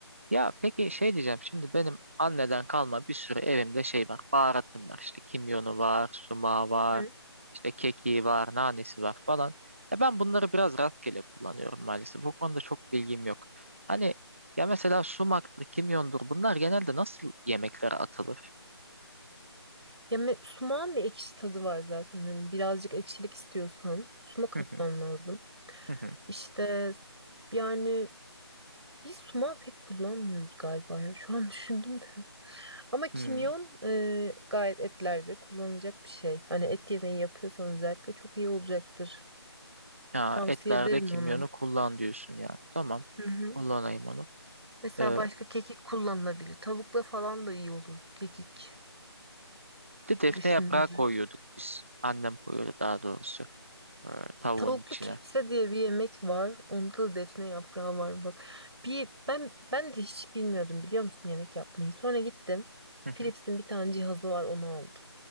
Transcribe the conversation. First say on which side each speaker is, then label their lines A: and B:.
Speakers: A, on the right (about 30°); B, on the right (about 70°).
A: Ya peki şey diyeceğim şimdi benim anneden kalma bir sürü evimde şey var baharatım var işte kimyonu var sumağı var
B: Hı hı.
A: işte kekiği var nanesi var falan. Ya ben bunları biraz rastgele kullanıyorum maalesef o konuda çok bilgim yok. Hani ya mesela sumaktır kimyondur bunlar genelde nasıl yemeklere atılır?
B: Ya me- sumağın bir ekşi tadı var zaten hani birazcık ekşilik istiyorsan sumak
A: Hı
B: atman
A: hı,
B: lazım.
A: hı hı,
B: İşte yani Biz sumağı pek kullanmıyoruz galiba ya. Şu an düşündüm de. <laughs> Ama kimyon
A: hmm.
B: e, gayet etlerde kullanılacak bir şey. Hani et yemeği yapıyorsan özellikle çok iyi olacaktır.
A: Ya
B: Tavsiye
A: etlerde
B: ederim
A: kimyonu
B: onu.
A: kullan diyorsun ya tamam
B: Hı hı.
A: kullanayım onu.
B: Mesela
A: Ee,
B: başka kekik kullanılabilir. Tavukla falan da iyi olur kekik
A: bir de defne
B: düşününce.
A: yaprağı koyuyorduk biz annem koyuyordu daha doğrusu e, tavuğun
B: Tavuklu
A: içine.
B: kepse diye bir yemek var. Onda da defne yaprağı var bak. Bir ben ben de hiç bilmiyordum biliyor musun yemek yapmayı. Sonra gittim.
A: Hı hı.
B: Philips'in bir tane cihazı var onu aldım.